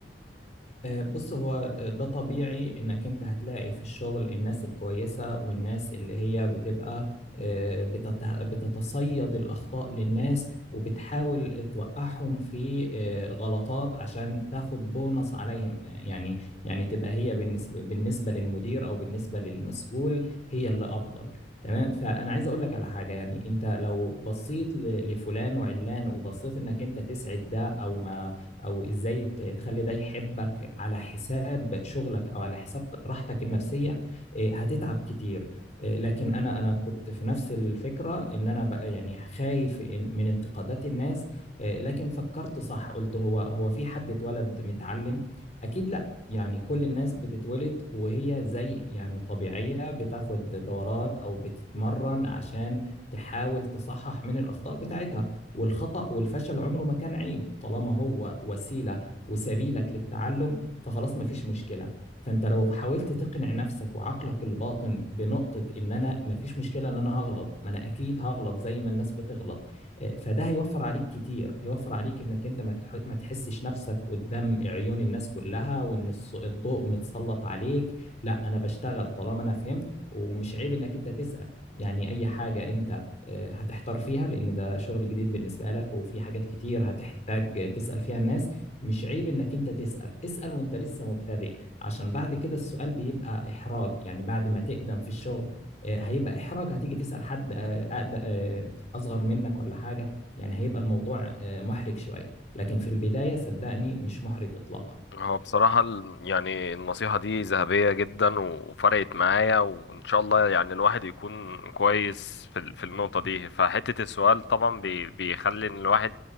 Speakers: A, on the left; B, on the left.
A: آه، بص هو آه، ده طبيعي انك انت هتلاقي في الشغل الناس الكويسة والناس اللي هي بتبقى آه، بتت- بتتصيد الأخطاء للناس وبتحاول توقعهم في آه، غلطات عشان تاخد بونص عليهم يعني يعني تبقى هي بالنسبة بالنسبة للمدير أو بالنسبة للمسؤول هي اللي أفضل تمام فأنا عايز أقول لك على حاجة يعني أنت لو بصيت ل- لفلان وعلان وبصيت إنك أنت تسعد ده أو ما او ازاي ت- تخلي ده يحبك على حساب شغلك او على حساب راحتك النفسية إيه، هتتعب كتير إيه، لكن انا انا كنت في نفس الفكرة ان انا بقى يعني خايف إن- من انتقادات الناس إيه، لكن فكرت صح قلت هو هو في حد اتولد متعلم اكيد لا يعني كل الناس بتتولد وهي زي يعني طبيعية بتاخد دورات او بتتمرن عشان تحاول تصحح من الاخطاء بتاعتها والخطأ والفشل عمره ما كان عيب طالما هو وسيلة وسبيلك للتعلم فخلاص ما فيش مشكلة فانت لو حاولت تقنع نفسك وعقلك الباطن بنقطة ان انا ما فيش مشكلة ان انا هغلط ما انا اكيد هغلط زي ما الناس بتغلط آه، فده هيوفر عليك كتير هيوفر عليك انك انت ما تح- ما تحسش نفسك قدام عيون الناس كلها وان الص- الضوء متسلط عليك لا انا بشتغل طالما انا فهمت ومش عيب انك انت تسأل يعني اي حاجة انت آه، هتحتار فيها لان ده شغل جديد بالنسبه لك وفي حاجات كتير هتحتاج تسال فيها الناس مش عيب انك انت تسال اسال وانت لسه مبتدئ عشان بعد كده السؤال بيبقى احراج يعني بعد ما تقدم في الشغل آه، هيبقى احراج هتيجي تسال حد آه، أقد- آه، اصغر منك ولا حاجه يعني هيبقى الموضوع آه، محرج شويه لكن في البدايه صدقني مش محرج اطلاقا
B: هو بصراحة ال- يعني النصيحة دي ذهبية جدا وفرقت معايا وإن شاء الله يعني الواحد يكون كويس في ال- في النقطة دي فحتة السؤال طبعا بي- بيخلي إن الواحد